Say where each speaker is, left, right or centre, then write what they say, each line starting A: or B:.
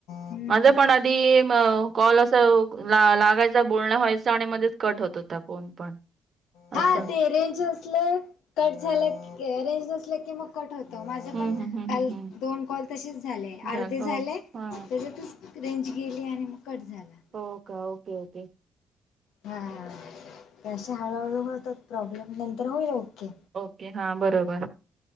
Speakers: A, on the left; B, on the right.
A: हम्म
B: माझ पण आधी कॉल अस लागायचं बोलणं व्हायचं आणि मध्येच कट होत होता फोन पण अच्छा.
A: हा ते रेंज असले कट झालं रेंज नसलं की मग कट होतो माझे
B: हम्म
A: पण
B: हम्म हम्म
A: काल
B: हम्म
A: दोन कॉल तसेच झाले
B: झालं
A: अर्धे झाले
B: हो
A: ये
B: हा
A: ज्यातून रेंज गेली आणि मग कट झाला.
B: हो का ओके ओके.
A: हा तसे हळूहळू होतात प्रॉब्लेम नंतर होईल ओके.
B: ओके हा बरोबर.